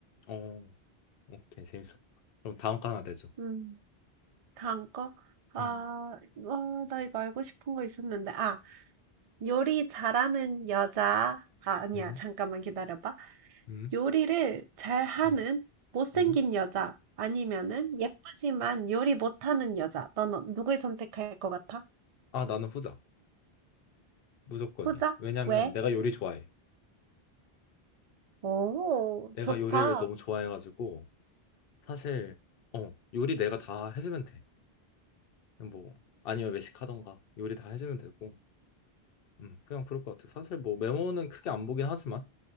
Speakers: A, on the left (about 70°); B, on the right (about 50°).
A: 어, 오케이, 재밌어. 그럼 다음 거 하나 내줘.
B: 음, 다음 거? 아,
A: 응,
B: 아, 나 이거 알고 싶은 거 있었는데. 아, 요리 잘하는 여자. 아, 아니야.
A: 응
B: 잠깐만 기다려봐.
A: 응
B: 요리를 잘하는
A: 응
B: 못생긴
A: 응
B: 여자. 아니면은 예쁘지만 요리 못하는 여자. 넌 어- 누굴 선택할 것 같아?
A: 아, 나는 후자. 무조건이야.
B: 후자?
A: 왜냐면
B: 왜?
A: 내가 요리 좋아해.
B: 오,
A: 내가
B: 좋다.
A: 요리를 너무 좋아해가지고 사실 어, 요리 내가 다 해주면 돼. 뭐 아니면 외식하던가 요리 다 해주면 되고, 음, 그냥 그럴 것 같아. 사실 뭐 메모는 크게 안 보긴 하지만